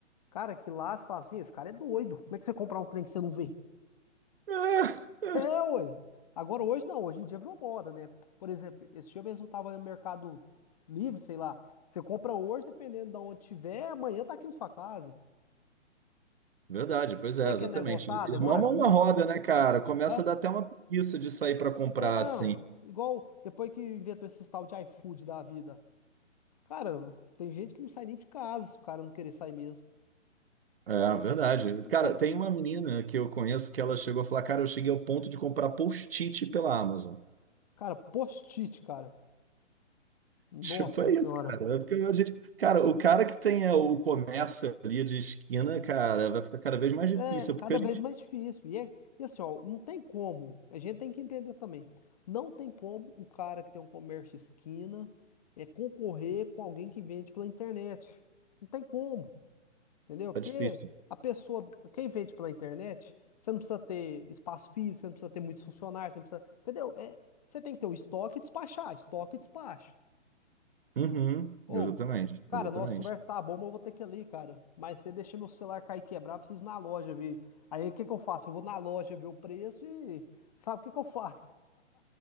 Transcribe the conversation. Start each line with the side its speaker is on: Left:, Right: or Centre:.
Left: Cara, que lá você falava assim, esse cara é doido. Como é que você vai comprar um trem que você não vê?
Right: É, é.
Left: É, ué. Agora, hoje não, hoje em dia virou moda, né? Por exemplo, esse dia mesmo eu tava no Mercado Livre, sei lá. Você compra hoje, dependendo de onde tiver, amanhã tá aqui na sua casa.
Right: Verdade, pois é,
Left: Tem aquele
Right: exatamente.
Left: negócio, ah, demora
Right: Irmão mão
Left: 20.
Right: uma roda, né, cara? Começa
Left: Hã?
Right: a dar até uma preguiça de sair para comprar,
Left: Não,
Right: assim.
Left: igual depois que inventou esse tal de iFood da vida. Cara, tem gente que não sai nem de casa, se o cara não querer sair mesmo.
Right: É, verdade.
Left: Isso
Right: Cara,
Left: é,
Right: tem uma menina que eu conheço que ela chegou a falar, cara, eu cheguei ao ponto de comprar post-it pela Amazon. <laughs>
Left: cara, post-it, cara. Nossa
Right: Tipo, é
Left: senhora.
Right: isso, cara. Eu fico- a gente- Cara, o cara que tem é, o comércio ali de esquina, cara, vai ficar cada vez mais difícil,
Left: É cada
Right: porque a gente...
Left: vez mais difícil. E, é, e assim, ó, não tem como. A gente tem que entender também. Não tem como o cara que tem um comércio esquina é concorrer com alguém que vende pela internet. Não tem como. Entendeu? Porque
Right: Tá difícil.
Left: a pessoa, quem vende pela internet, você não precisa ter espaço físico, você não precisa ter muitos funcionários, você não precisa, entendeu? É, você tem que ter o estoque e despachar, estoque e despacho.
Right: Uhum,
Left: Ou,
Right: exatamente,
Left: cara,
Right: exatamente.
Left: nossa conversa tá boa, mas eu vou ter que ir ali, cara. Mas você deixa meu celular cair e quebrar, preciso ir na loja ver. Aí o que que eu faço? Eu vou na loja ver o preço e sabe o que que eu faço?